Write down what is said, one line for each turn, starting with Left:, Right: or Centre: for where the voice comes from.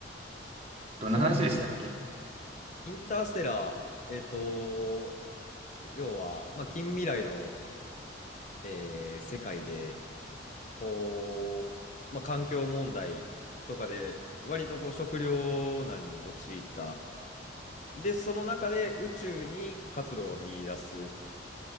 Right: どんな話でしたっけ
Left: そのインターステラー、えっと、要は、まあ、近未来の、えー世界で、こう、まあ、環境問題とかで、割とこう食糧難に陥った。で、その中で宇宙に活路を見出す。